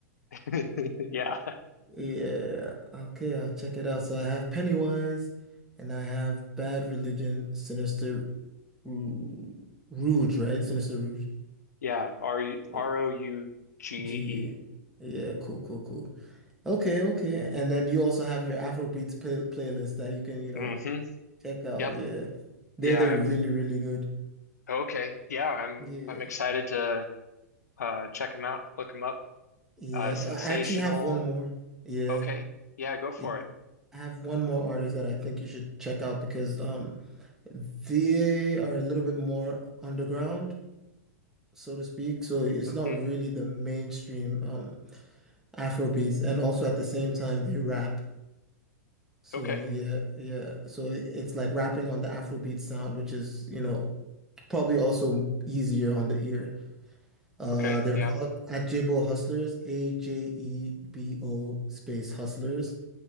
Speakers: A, on the left (about 75°); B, in the centre.
A: <laughs> Yeah.
B: Yeah. Okay, I'll check it out. So I have Pennywise and I have Bad Religion, Sinister Rou- Rouge, right? Sinister Rouge.
A: Yeah, R R
B: Uh,
A: O U G E.
B: G. E. Yeah, cool, cool, cool. Okay, okay. And then you also have your Afrobeats play playlist that you can, you know,
A: Mm-hmm.
B: Check out,
A: Yep.
B: yeah. They're
A: Yeah,
B: they're
A: I've
B: really, really good.
A: okay. Yeah, I'm
B: Yeah.
A: I'm excited to uh check him out, look him up.
B: Yeah.
A: Uh sensational.
B: Uh, I actually have one more. Yeah.
A: Okay. Yeah, go for
B: Yeah.
A: it.
B: I have one more artist that I think you should check out because um they are a little bit more underground, so to speak. So it's not
A: Mm-hmm.
B: really the mainstream um Afro beats, and also at the same time they rap. So
A: Okay.
B: yeah, yeah. So i- it's like rapping on the Afrobeat sound, which is, you know, probably also easier on the ear. Uh,
A: Okay.
B: they're
A: Yeah.
B: called Ajebo Hustlers, A J E B O space Hustlers.